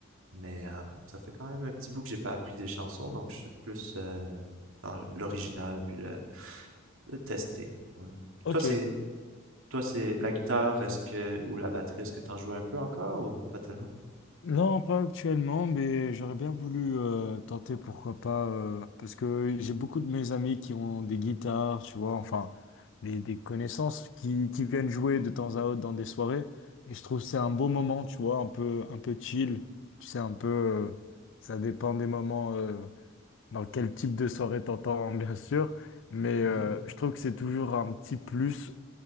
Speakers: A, on the right; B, on the left.
A: Mais euh, ça fait quand même un petit bout que j'ai pas appris des chansons, donc je suis plus euh, dans l'original puis le, le tester. Ouais.
B: Ok.
A: Toi, c'est toi, c'est la guitare, est-ce que, ou la batterie, est-ce que t'en joues un peu encore ou pas tellement?
B: Non, pas actuellement, mais j'aurais bien voulu euh, tenter, pourquoi pas, euh, parce que j'ai beaucoup de mes amis qui ont des guitares, tu vois, enfin, des, des connaissances qui, qui viennent jouer de temps à autre dans des soirées, et je trouve que c'est un beau moment, tu vois, un peu, un peu chill, tu sais, un peu, euh, ça dépend des moments, euh, dans quel type de soirée t'entends, <laughs> bien sûr, mais
A: Mhm,
B: euh, je trouve que c'est toujours un petit plus